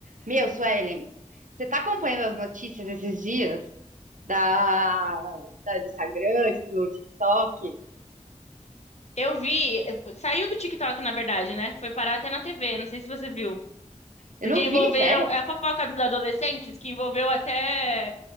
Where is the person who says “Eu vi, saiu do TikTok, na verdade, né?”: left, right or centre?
Left